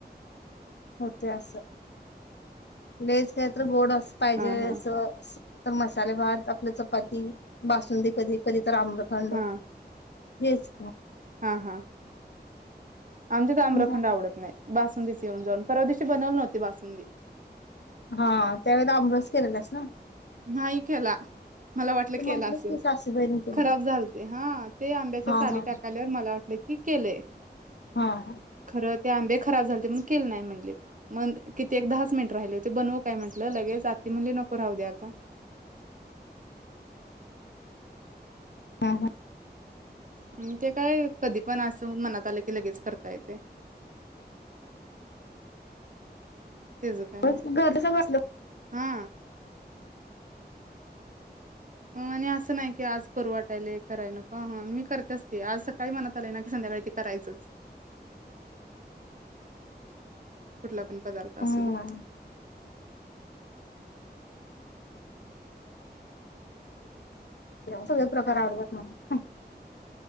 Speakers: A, on the left; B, on the right.
A: होते अस लयच काय तर गोड अस पाहिजे
B: हा हा
A: अस तर मसाले भात आपल चपाती बासुंदी कधी कधी तर आम्रखंड
B: हा
A: हेच
B: हा हा आमच्यात आम्रखंड
A: झालं
B: आवडत नाही बासुंदीच येऊन जाऊन परवा दिवशी बनवली नव्हती बासुंदी
A: हा त्यावेळेला आमरस केलेलास ना?
B: नाही केला मला वाटलं
A: तू
B: केला
A: म्हटलंस
B: असेल
A: की सासूबाईनी केला
B: खराब झालते हा ते आंब्याच्या
A: हा
B: साली
A: हा
B: टाकायल्यावर मला वाटलं मी केलय.
A: हा हा
B: खरं ते आंबे खराब झालते म्हणून केले नाही म्हणलेत मग किती एक दहाच मिनिटे राहिले होते बनवू काय म्हटलं लगेच आती म्हणली नको राहू द्यात का
A: हा हा
B: हम्म ते काय कधी पण असो मनात आले की लगेच करता येते. त्याचं काय
A: मग
B: नाही
A: घर कसं बसलं
B: हा अ आणि असं नाही की आज करू वाटायले कराय नको हा हा मी करत असते आज सकाळी मनात आलय ना की संध्याकाळी ते करायचच, कुठला पण पदार्थ असू
A: हम्म
B: दे
A: सगळे प्रकार आडवत नाही.